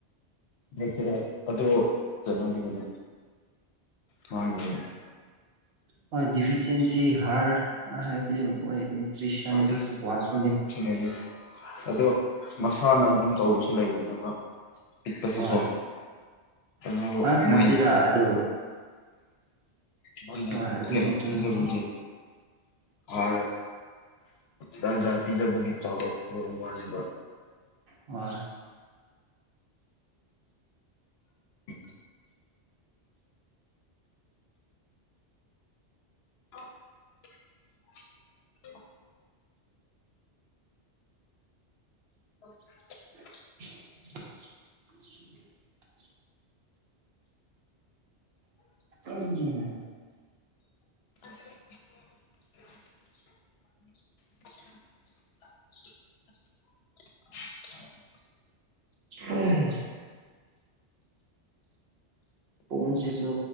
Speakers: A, on the left; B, on the right.
A: ꯂꯩꯇ꯭ꯔꯦ ꯑꯗꯣ ꯀꯩꯅꯣꯒꯤꯗꯨꯅꯦ ꯍꯥꯏ <unintelligible>
B: ꯍꯣꯏ ꯗꯤꯐꯤꯁꯦꯟꯁꯤ ꯍꯥꯔ ꯍꯥꯏꯕꯗꯤ ꯃꯣꯏ ꯅ꯭ꯌꯨꯇ꯭ꯔꯤꯁꯟꯗꯣ
A: ꯑꯗꯒꯤ
B: ꯋꯥꯠꯄꯒꯤ
A: ꯑꯒꯤ ꯁꯤꯅꯩꯌꯦ ꯑꯗꯣ ꯃꯁꯥꯅ ꯑꯗꯨꯝ ꯇꯧꯕꯁꯨ ꯂꯩꯕꯅꯦꯕ ꯄꯤꯛꯄꯁꯨꯀꯣ
B: ꯍꯣꯏ
A: ꯑꯗꯨ
B: ꯑ
A: ꯃꯣꯏꯅ
B: ꯅꯠꯇꯦꯗ ꯑꯗꯨ
A: ꯝꯣꯏꯅ
B: ꯍꯣꯏ ꯑꯗꯨꯗꯤ
A: ꯀꯩꯅꯣ
B: ꯆꯨꯝꯃꯦ
A: ꯄꯖꯕꯒꯤ ꯑꯗ ꯖꯥꯠ ꯖꯥꯠ ꯄꯤꯖꯕꯒꯤ ꯆꯥꯎꯔꯛꯄ ꯋꯥꯅꯦꯕ
B: ꯑꯣ
A: ꯎꯝ <inaudible> <inaudible>
B: <inaudible> <inaudible> ꯀꯩꯅꯣꯅꯦ
A: <unintelligible> <inaudible> <inaudible>
B: ꯑꯍꯝ <unintelligible> ꯄꯨꯡꯁꯤꯁꯨ